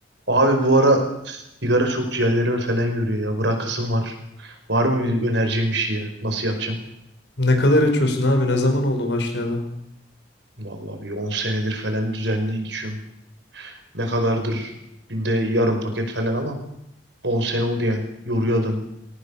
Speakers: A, on the right; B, on the left.
A: Abi bu ara sigara çok ciğerlerime falan yürüyor ya. Bırakasım var. Var mı bir önereceğim bir şeye? Nasıl yapacağım?
B: Ne kadar içiyorsun abi? Ne zaman oldu başlayalı?
A: Vallahi bir 10 senedir falan düzenli içiyorum. Ne kadardır? Günde yarım paket falan ama 10 sene oldu yani. Yoruyor adam.